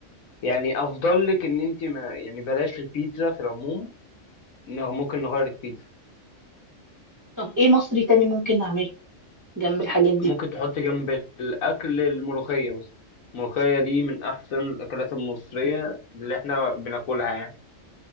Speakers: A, on the left; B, on the right.
A: يعني افضل لك ان انت ما يعني بلاش البيتزا في العموم إنه ممكن نغير البيتزا
B: طب إيه مصري تاني ممكن نعمله جنب الحاجات دي؟
A: ممكن تحط جنب الأكل الملوخية مثلا الملوخية دي من أحسن الأكلات المصرية اللي إحنا بناكلها يعني